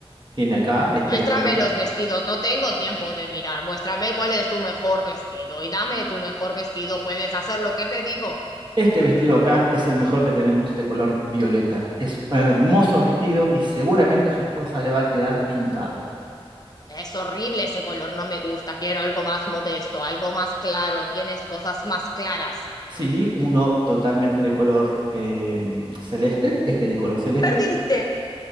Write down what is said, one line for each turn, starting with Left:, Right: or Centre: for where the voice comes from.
Right: Tiene acá este
Left: Muéstrame
Right: de color.
Left: los vestidos, no tengo tiempo de mirar. Muéstrame cuál es tu mejor vestido y dame tu mejor vestido. Puedes hacer lo que te digo.
Right: Este vestido acá es el mejor que tenemos de color violeta. Es un hermoso vestido y seguramente a su esposa le va a quedar pintado.
Left: Es horrible ese color, no me gusta. Quiero algo más modesto, algo más claro. Tienes cosas más claras.
Right: Sí, uno totalmente de color eh, celeste, este de color celeste.
Left: Perdiste,